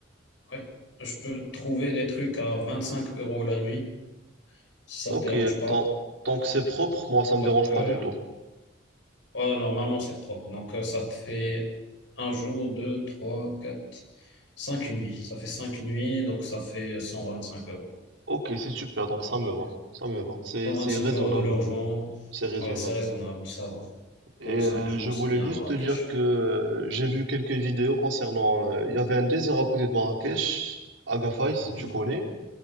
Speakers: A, on the left; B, on the right.
A: Ouais. Je peux trouver des trucs à 25 euros la nuit, si ça
B: Ok,
A: te dérange pas.
B: tant, tant que c'est propre, moi, ça
A: Donc,
B: me dérange
A: euh,
B: pas du tout.
A: ouais, normalement, c'est propre. Donc, euh, ça te fait un jour, deux, trois, quatre, cinq nuits. Ça fait cinq nuits, donc ça fait 125 euros.
B: Ok, c'est super, donc ça me va. Ça me va. C'est,
A: Cent
B: c'est
A: vingt-cinq
B: raisonnable.
A: euros de logement,
B: C'est raisonnable.
A: ouais, c'est raisonnable, ça va.
B: Et
A: Pour cinq
B: euh,
A: jours,
B: je
A: c'est
B: voulais
A: bien
B: juste
A: à Marrakech.
B: te dire que euh, j'ai vu quelques vidéos concernant. euh, Il y avait un désert à côté de Marrakech, Agafay, si
A: Mhm.
B: tu connais.